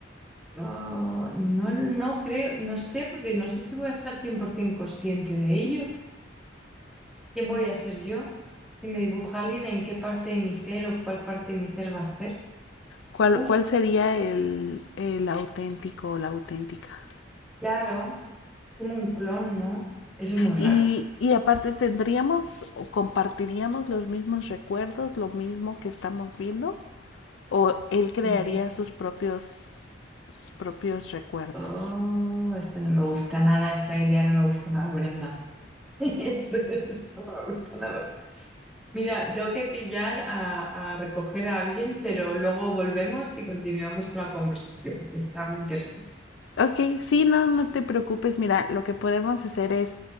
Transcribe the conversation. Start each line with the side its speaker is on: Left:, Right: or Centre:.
Centre: No, no, no creo, no sé, porque no sé si voy a estar 100% consciente de ello. ¿Quién voy a ser yo? Si me dibuja alguien, ¿en qué parte de mi ser o cuál parte de mi ser va a ser?
Left: ¿Cuál,
Centre: Uf,
Left: cuál sería el, el auténtico o la auténtica?
Centre: claro, es como un clon, ¿no? Eso es muy raro,
Left: Y, y, aparte tendríamos o compartiríamos los mismos recuerdos, lo mismo que estamos viendo, o él crearía
Centre: ni idea.
Left: sus propios, sus propios recuerdos.
Centre: Oh, esto no me gusta nada, esta idea no me gusta nada, Brenda. <laughs> Eso no me gusta nada. Mira, tengo que pillar a, a recoger a alguien, pero luego volvemos y continuamos con la conversación, que está muy interesante.
Left: Ok, sí, no, no te preocupes. Mira, lo que podemos hacer es